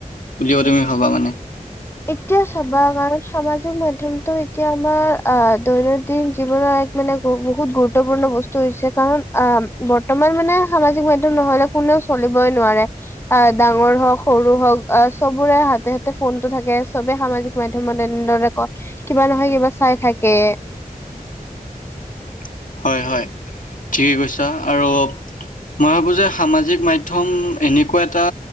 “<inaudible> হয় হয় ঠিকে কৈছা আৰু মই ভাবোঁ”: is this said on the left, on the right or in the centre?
Left